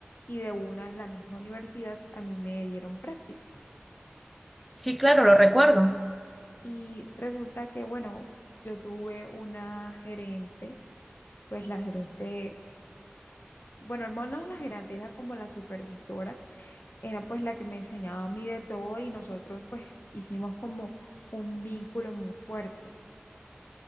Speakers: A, on the left; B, in the centre.
A: y de una en la misma universidad a mí me dieron prácticas
B: Sí, claro, lo recuerdo.
A: y resulta que bueno, yo tuve una gerente pues la gerente, bueno, no no la gerente, era como la supervisora, era pues la que me enseñaba a mí de todo y nosotros pues hicimos como un vínculo muy fuerte.